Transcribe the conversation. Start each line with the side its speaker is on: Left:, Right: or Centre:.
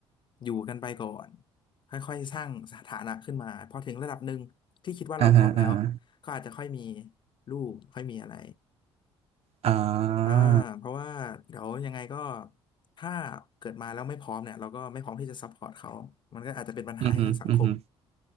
Left: อยู่กันไปก่อนค่อยๆสร้างสถานะขึ้นมาพอถึงระดับหนึ่งที่คิดว่าเราพร้อมแล้ว
Right: อ่าฮะอ่าฮะ
Left: ก็อาจจะค่อยมีลูกค่อยมีอะไร
Right: อ่
Left: อ่าเพราะว่าเดี๋ยวยังไงก็
Right: า
Left: ถ้าเกิดมาแล้วไม่พร้อมเนี่ยเราก็ไม่พร้อมที่จะซัพพอร์ตเขามันก็อาจจะเป็นปัญหาให้กับสังคม
Right: อือฮึอืมฮึ